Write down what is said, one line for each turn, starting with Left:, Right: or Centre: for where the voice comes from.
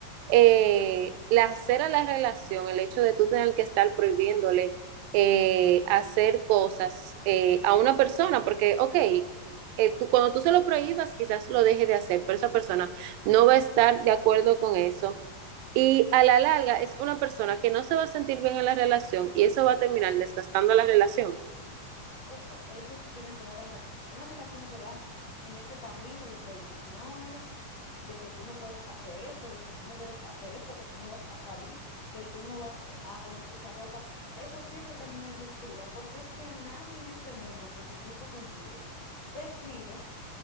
Right: eh, la hacer a la relación, el hecho de tú tener que estar prohibiéndole eh, hacer cosas eh, a una persona, porque, ok, eh, tú, cuando tú se lo prohíbas, quizás lo deje de hacer, pero esa persona no va a estar de acuerdo con eso. Y a la larga es una persona que no se va a sentir bien en la relación y eso va a terminar desgastando la relación.
Left: Eso, eso tienes toda la razón. Una relación que va en ese camino de prohibiciones, de que tú no puedes hacer esto, de que tú no debes hacer esto, que tú no vas a salir, que tú no vas a ponerte esa ropa, eso siempre termina en ruptura, porque es que nadie en este mundo, con sus cinco sentidos, decide